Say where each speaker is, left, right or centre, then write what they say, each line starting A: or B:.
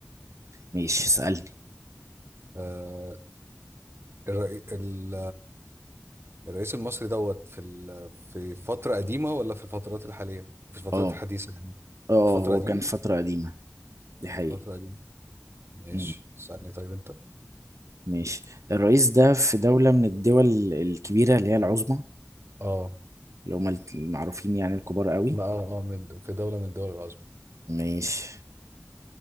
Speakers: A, on the right; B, on the right.
A: ماشي اسألني
B: آه الرئي... ال... الرئيس المصري دوت في ال... في فترة قديمة ولا في الفترات الحالية في الفترات
A: اه
B: الحديثة يعني
A: اه
B: فترة
A: هو
B: قديمة
A: كان فترة قديمة دي حقيقة
B: فترة قديمة ماشي
A: امم
B: اسألني طيب انت
A: ماشي الرئيس ده في دولة من الدول الكبيرة اللي هي العظمى
B: اه
A: اللي هم المعروفين يعني الكبار قوي
B: ما اه اه من في دولة من دول العظمى
A: ماشي